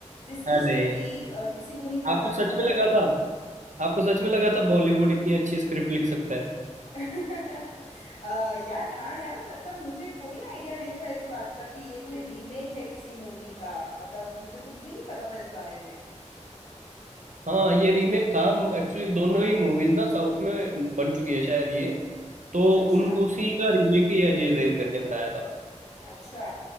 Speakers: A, on the left (about 60°); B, on the right (about 80°).
A: जिसकी
B: अरे
A: स्टोरी किसी को नहीं पता
B: आपको सच
A: थी
B: में लगा
A: और
B: था आपको सच में लगा था बॉलीवुड इतनी अच्छी स्क्रिप्ट लिख सकता है
A: <laughs> अ, यार हाँ यार मतलब मुझे कोई आइडिया नहीं था इस बात का कि ये कोई रीमेक है किसी मूवी का मतलब मुझे कुछ भी नहीं पता था इस बारे में
B: हाँ ये रीमेक था एक्चुअली दोनों ही मूवीज ना साउथ में बन चुकी है शायद ये तो
A: अच्छा
B: उन उसी का रीमेक ही अजय देवगन ने बनाया था
A: अच्छा